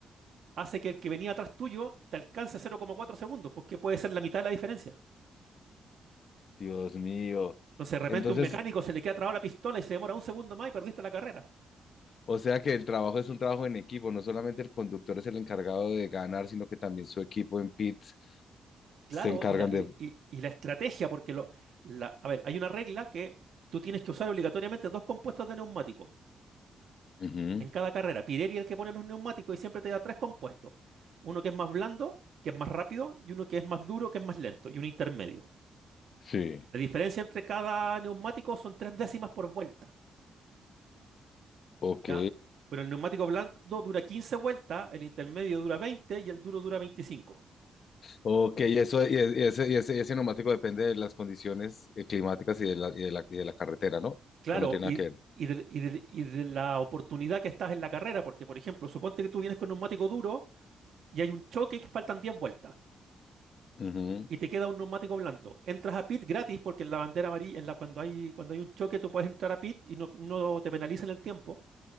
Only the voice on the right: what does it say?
hace que el que venía atrás tuyo te alcance 0.4 segundos, porque puede ser la mitad de la diferencia.
Entonces, de repente
un mecánico se le queda trabada la pistola y se demora un segundo más y perdiste la carrera.
Claro,
y la, y,
y- y la estrategia, porque lo, la- a ver, hay una regla que tú tienes que usar obligatoriamente dos compuestos de neumático.
en cada carrera. Pirelli es el que pone los neumáticos y siempre te da tres compuestos. Uno que es más blando, que es más rápido, y uno que es más duro, que es más lento, y un intermedio.
La diferencia entre cada neumático son tres décimas por vuelta,
¿ya? Pero el neumático blando dura 15 vueltas, el intermedio dura 20 y el duro dura 25.
Claro,
y,
y del- y del- y de, la oportunidad que estás en la carrera, porque por ejemplo, suponte que tú vienes con neumático duro y hay un choque y que faltan 10 vueltas.
y te queda un neumático blando. Entras a pit gratis porque en la bandera amarilla, en la, cuando hay, cuando hay un choque, tú puedes entrar a pit y no, no te penalizan el tiempo.